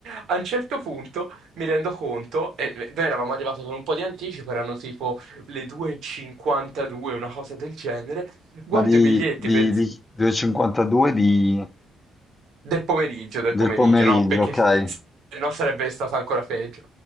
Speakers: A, on the right (about 75°); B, on the left (about 25°).
A: A un certo punto mi rendo conto, e e noi eravamo arrivati con un po' di anticipo, erano tipo le 2.52, una cosa del genere, guardo
B: Ma di,
A: i biglietti
B: di,
A: per
B: di- delle 52 di-
A: del pomeriggio, del
B: del
A: pomeriggio,
B: pomeriggio,
A: no, perché
B: ok.
A: <laughs> se no sarebbe stato ancora peggio.